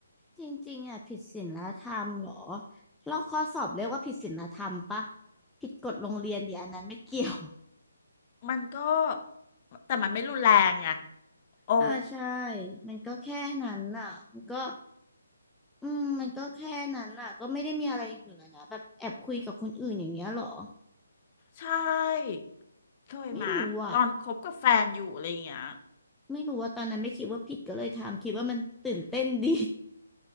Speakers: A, in the centre; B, on the left.
A: จริงๆอ่ะผิดศีลธรรมเหรอแลอกข้อสอบเรียกว่าผิดศีลธรรมปะผิดกฎโรงเรียนดิอันนั้นไม่เกี่ยว
B: มันก็แต่มันไม่รุนแรงไงโอ้
A: อ่าใช่มันก็แค่นั้นน่ะมันก็อืมมันก็แค่นั้นน่ะก็ไม่ได้มีอะไรอย่างอื่นแล้วนะแบบแอบคุยกับคนอื่นอย่างเงี้ยเหรอ
B: ใช่เคยมาตอนคบกับแฟนอยู่อะไรอย่างเงี้ย
A: ไม่รู้อ่ะไม่รู้ว่าตอนนั้นไม่คิดว่าผิดก็เลยทำคิดว่ามันตื่นเต้นดี